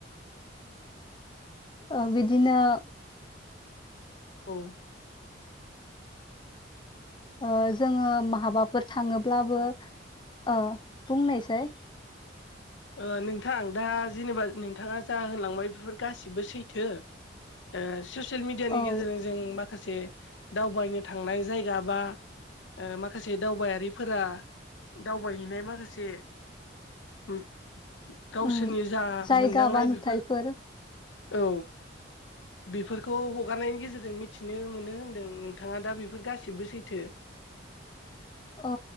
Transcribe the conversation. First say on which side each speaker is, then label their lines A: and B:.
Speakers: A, on the left (about 25°); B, on the left (about 80°).
A: ओ बिदिनो
B: औ
A: ओ जोङो माहाबाफोर थाङोब्लाबो ओ बुंनायसाय
B: ओ नोंथां दा जेनेबा नोंथाङा जा होनलांबाय बेफोर गासिबो सैथो ओ ससियेल मिडियानि
A: औ
B: गेजेरजों जों माखासे खासे दावबायनो थांनाय जायगा बा ओ माखासे दावबायारिफोरा दावबायहैनाय माखासे हम गावसोरनि
A: उम
B: जा
A: जायगा
B: मोनदांनाय
A: बा नुथायफोर
B: बेफोर औ बेफोरखौ हगारनायनि गेजेरजों मिथिनो मोनो होनदों नोंथाङा दा बेफोर गासिबो सैथो <inaudible>
A: औ